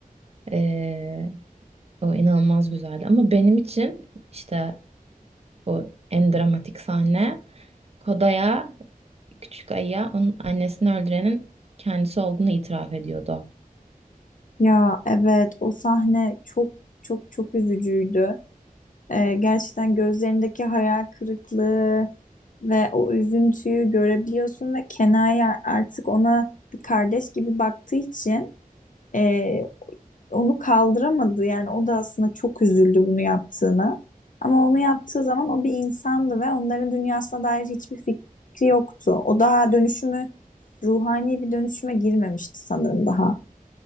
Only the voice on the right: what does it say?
Ee, o inanılmaz güzeldi ama benim için işte o en dramatik sahne Koda'ya Küçük Ayı'ya onun annesini öldürenin kendisi olduğunu itiraf ediyordu.